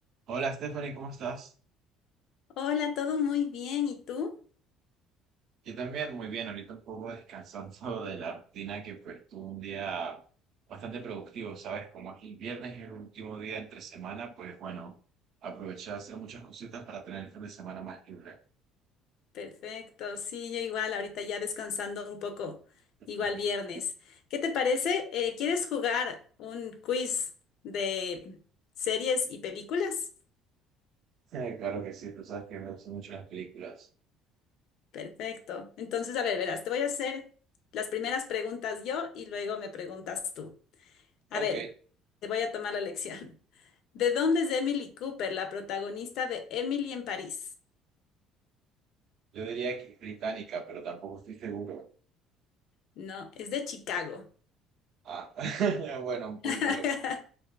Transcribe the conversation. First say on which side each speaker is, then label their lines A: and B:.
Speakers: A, on the right; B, on the left.
A: Hola Stephanie, ¿cómo estás?
B: Hola, todo muy bien. ¿Y tú?
A: Yo también muy bien, ahorita un poco descansando de la rutina que pues tuve un día bastante productivo, ¿sabes? Como aquí el viernes es el último día entre semana, pues bueno, aproveché de hacer muchas cositas para tener el fin de semana más libre.
B: Perfecto. Sí, yo igual, ahorita ya descansando un poco,
A: <laughs>
B: igual viernes. ¿Qué te parece? Eh, ¿quieres jugar un quiz de series y películas?
A: Eh Claro que sí, tú sabes que me gustan mucho las películas.
B: Perfecto. Entonces, a ver, verás, te voy a hacer las primeras preguntas yo y luego me preguntas tú. A
A: Ok,
B: ver, te voy a tomar la lección. <laughs> ¿De dónde es Emily Cooper, la protagonista de Emily en París?
A: yo diría que es británica, pero tampoco estoy seguro.
B: No, es de Chicago.
A: Ah, <laughs> bueno, un poquito
B: <laughs>
A: de...